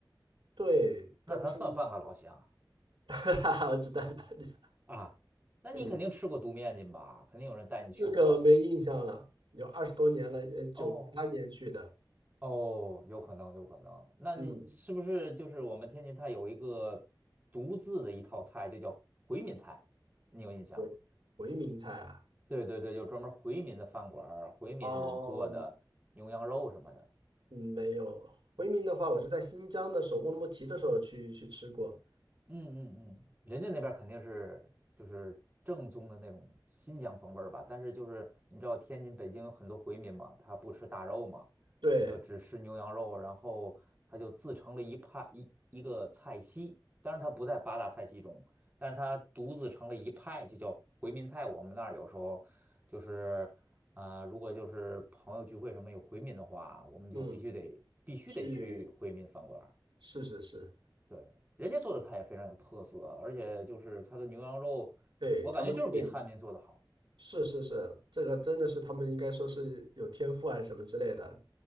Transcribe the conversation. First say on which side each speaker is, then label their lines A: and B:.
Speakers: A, on the right; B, on the right.
A: 对，
B: 那咱算半个老乡。
A: 但是 <laughs> 哈哈，<laughs> 我只待了半年，
B: 啊，那你肯定吃过独面筋吧？
A: 嗯，
B: 肯定有人带你去过吧？
A: 这个没印象了，有二十多年了，呃，九八年去的，
B: 哦哦，有可能，有可能。那你是不是就是我们天津它有一个独自的一套菜，
A: 嗯，
B: 就叫回民菜，你有印象吗？
A: 回回民菜啊，
B: 对对对，就专门回民的饭馆儿回民人做的牛羊肉什么的。
A: 哦，嗯没有，回民的话，我是在新疆的首乌鲁木齐的时候去去吃过，
B: 嗯嗯嗯，人家那边儿肯定是就是正宗的那种新疆风味儿吧，但是就是你知道天津、北京有很多回民嘛，他不吃大肉嘛，
A: 对，
B: 他就只吃牛羊肉，然后他就自成了一派一一个菜系，当然他不在八大菜系中，但是他独自成了一派，就叫回民菜。我们那儿有时候就是啊、如果就是朋友聚会什么有回民的话，我们就必须得必须得去回民饭馆
A: 嗯。去是是是，
B: 对，人家做的菜也非常有特色，而且就是它的牛羊肉，
A: 对，
B: 我感觉就是比汉民做的好。
A: 他们处理，是是是，这个真的是他们应该说是有天赋还是什么之类的，